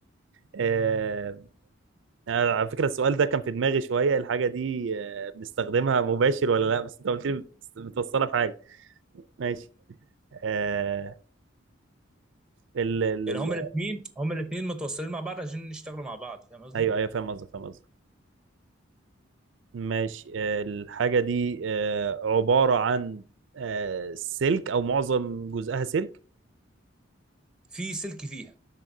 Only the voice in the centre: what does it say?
يعني هما الاثنين هما الاثنين متوصلين مع بعض عشان يشتغلوا مع بعض فاهم قصدي؟
في سلك فيها